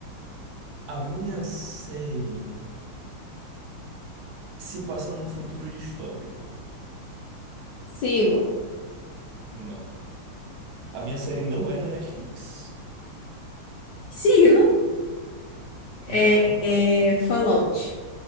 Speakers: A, on the right; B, on the left.
A: a minha série se passa num futuro distópico.
B: Silo.
A: Não. A minha série não é da Netflix.
B: Silo
A: Não,
B: é, é Fallout.